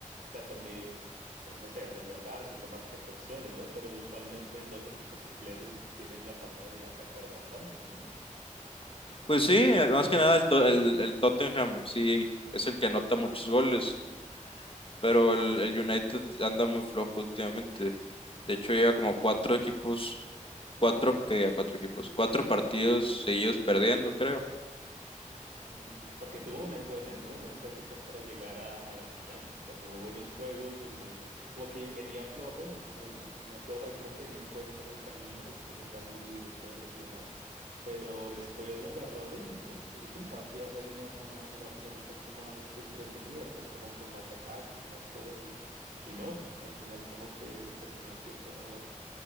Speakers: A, on the right; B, on the left.
A: tratan de, eh, no sé, resguardarse y tomar precauciones, ¿no? Pero usualmente dos equipos ingleses tienen la fama de atacar bastante, ¿no?
B: Pues sí, eh, más que nada el, To- el- el Tottenham sí es el que anota muchos goles, pero el, el United anda muy flojo últimamente. De hecho lleva como cuatro equipos, cuatro, que cuatro equipos, cuatro partidos seguidos perdiendo, creo.
A: Mm, Porque tuvo unas buenas, ¿no? Unas épicas para llegar a, a la final. O sea, tuvo buenos juegos donde como que venía flojo el United, venía flojo y como que no encuentra el camino después de cambios de directores y demás. Pero después agarró ritmo, ¿no? Yo pensaba que iba a ser una, una, una final un poco más entretenida, pues como con más ataques, más cosas y, y no, al final como que terminó siendo